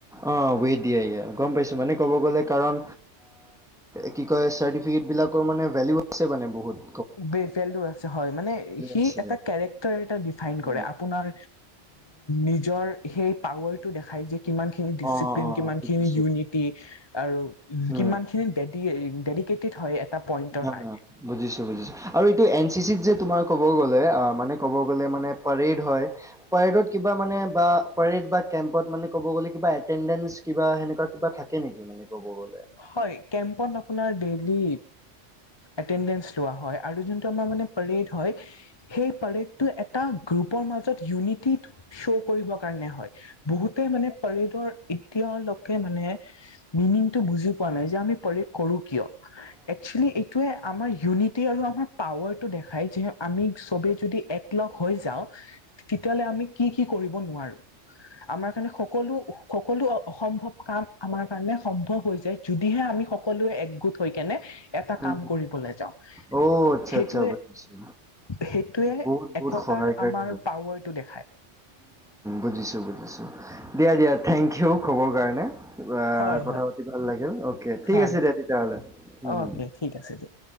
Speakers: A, in the centre; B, on the left (about 25°).
A: অ' ৱেট দিয়ে য়া, গম পাইছো মানে ক'ব গ'লে কাৰণ কি ক চাৰ্টিফিকেট বিলাকৰ মানে ভেদ- <unintelligible>
B: বে ভেলু আছে হয়, মানে সি
A: আছে
B: এটা কেৰেক্টাৰ এটা দিফাইন
A: উম
B: কৰে আপোনাৰ নিজৰ সেই পাৱাৰ টো দেখাই যে কিমান খিনি ডিচিপ্লিন
A: অ অ
B: কিমানখিনি
A: অ, বুজিছো
B: ইউনিটি আৰু
A: উম
B: কিমান ডেডি ডেডিকেটেড হয়। এটা পইণ্টৰ
A: হ
B: কাৰণে
A: বুজিছো- বুজিছো আৰু এইটো এন চি চিত যে তোমাৰ ক'ব গ'লে অ' মানে ক'ব গ'লে মানে পাৰেড হয় পাৰেডত কিবা। মানে বা পৰেড বা কেম্পত মানে ক'ব গ'লে কিবা এটেণ্ডেঞ্চ কিবা সেনেুৱা কিবা থাকে নেকি মানে ক'ব গ'লে
B: হয়, কেম্পত আপোনাৰ দেৰি এটেণ্ডেঞ্চ লোৱা হয়। আৰু যোনটো আমাৰ মানে পাৰেড হয় সেই পাৰেডটো এটা গ্ৰুপৰ মাজত ইউনিটি শ্ব' কৰিবৰ কাৰণে হয় বহুতে মানে পাৰেডৰ এতিয়ালৈকে মানে মিনিং বুজি পোৱা নাই যে আমি পাৰেড কৰোঁ কিয়? একচুৱেলি এইটোৱে আমাৰ ইউনিটি আৰু আমাৰ পাৱাৰ দেখাই যে আমি চবে যদি একলগ হৈ যাওঁ তেতিয়া হলে আমি কি কি কৰিব নোৱাৰো। আমাৰ কাৰণে সকলো সকলো অসম্ভৱ কাম আমাৰ কাৰণে সম্ভৱ। হৈ য যদিহে আমি সকলোৱে একগোট হৈ কেনে। এটা
A: উ
B: কাম কৰিবলৈ যাওঁ
A: অ আত্চ্ছা
B: সেইটোৱে
A: আত্চ্ছা বুজচু
B: সেইটোৱে
A: বহুত বহুত
B: একতাৰ
A: শ- সহায়কাৰী
B: আমাৰ
A: হয়
B: পাৱাৰটো দেখায়।
A: বুজিছো -বুজিছো দিয়া দিয়া থেংক ইউ খবৰ কাৰণে।
B: হয়
A: কথা
B: হয়
A: পাতি ভাল লাগিল অকে ঠিক
B: হয়
A: আছে দিয়া তেতিয়াহ'লে উম
B: অকে
A: উম।
B: ঠিক আছে দিয়ক।